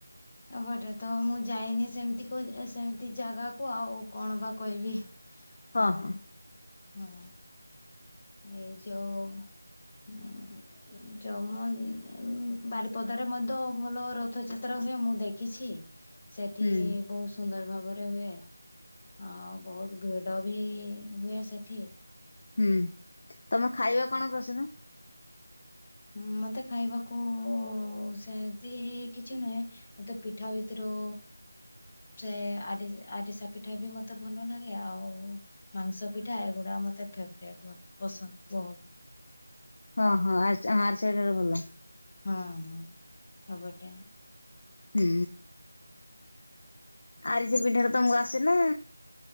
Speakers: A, on the left; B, on the left.
A: ଏପଟେ ତ ମୁଁ ଯାଇନି ସେମିତି କଉ ସେମିତି ଜାଗାକୁ ଆଉ କଣ ବା କହିବି।
B: ହଁ
A: ଆଉ
B: ହଁ।
A: ହଁ ଏଇ ଯେଉଁ ଯଉ ମ ବାରିପଦାରେ ମଧ୍ୟ ଭଲ ରଥଯାତ୍ରା ହୁଏ ମୁଁ ଦେଖିଛି ସେଠି
B: ହୁଁ
A: ବହୁତ ସୁନ୍ଦର ଭାବରେ ହୁଏ ଆଉ ବହୁତ ଭିଡ଼ ବି ହୁଏ ସେଠି।
B: ହୁଁ ତମ ଖାଇବା କଣ ପ୍ରସନ?
A: ହଁ ମତେ ଖାଇବାକୁ ସେମତି କିଛି ନୁହେଁ ମତେ ପିଠା ଭିତୁରୁ ସେ ଆରି ଆରିସା ପିଠା ବି ମୋତେ ଭଲ ଲାଗେ ଆଉ ମାଂସ ପିଠା ଏଗୁଡା ମତେ ଫେବରୋଇଟ୍ ମତେ ପସନ୍ଦ ବହୁତ।
B: ହଁ ହଁ ଆରିସା ହଁ ଆରିସା ପିଠାଟା ଭଲ।
A: ହଁ ହଁ ଏପଟେ
B: ହୁଁ ଆରିସା ପିଠାଟା ତମକୁ ଆସେ ନା?